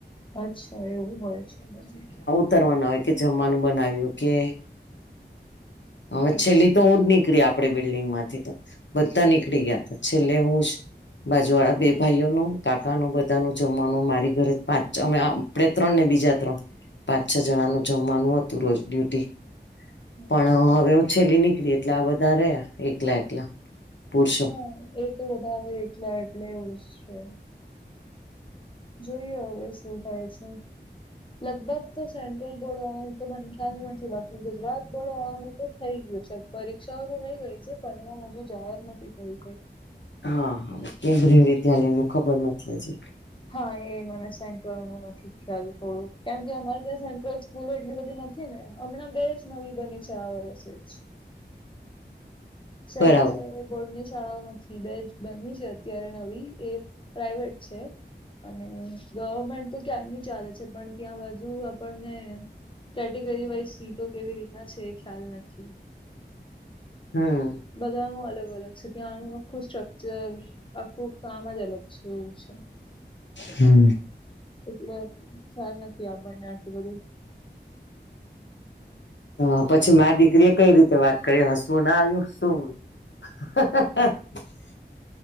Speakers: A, on the left (about 30°); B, on the left (about 85°).
A: અચ્છા એવું હોય છે બરાબર
B: ઉતરવાનું હોય કે જમવાનું બનાવ્યું કે હવે
A: અચ્છા
B: છેલ્લી તો હું જ નીકળી આપ આપડે બિલ્ડિંગ માંથી તો બધા નીકળી ગયા હતા છેલ્લે હું જ બાજુ વાળા બે ભાઈઓનું કાકાનું બધા ન જમવાનું મારી ઘરે પાંચ અમે આપણે ત્રણ ને બીજા ત્રણ પાંચ છ જણાનું જમવાનું હતું રોજ ડ્યુટી પણ
A: અચ્છા
B: હવે હું છેલ્લી નીકળી એટલે આ બધા રહ્યા એકલા એકલા પુરુષો
A: હા એ તો વધારે આવે એટલા એટલે ઉ છે જોઈએ હવે શું થાય છે લગભગ તો સેન્ટ્રલ બોર્ડ વાળાનું તો મને ખ્યાલ નથી બાકી ગુજરાત બોર્ડ વાળાનું તો થઈ ગયું છે પરીક્ષાઓ તો થઈ ગઈ છે પરિણામ અજુ ધુંજાણ નથી થયું કઈ
B: હા હા કેન્દ્રીય વિદ્યાલય નું ખબર નથી હજી
A: હા એ મને સેન્ટ્રલ નું નથી ખ્યાલ થોડું કેમ કે અમારે ત્યા સેન્ટ્રલ સ્કૂલો એટલી બધી નથી ને હમણાં બેજ નવી બની છે આ વર્ષે જ સેન્ટર
B: બરાબર
A: બોર્ડ ની શાળાઓ નથી બેજ બની છે અત્યારે નવી એ પ્રાઇવેટ છે અને ગવર્મેન્ટ તો ક્યારની ચાલે છે પણ ત્યાં બાજુ આપણને કેટેગરી વાઈઝ સીટો કેવી રીતના છે એ ખ્યાલ નથી.
B: હા
A: બધાનું અલગ અલગ છે ત્યાંનું આખું સ્ટ્રક્ચર આખું કામ જ અલગ છે એવું છે
B: હમ્મ
A: એટલે ખ્યાલ નથી આપણને આટલું બધું
B: હ પછી મા દીકરી એ કઈ રીતે વાત કરી હશું ના આવ્યું શું <inaudible>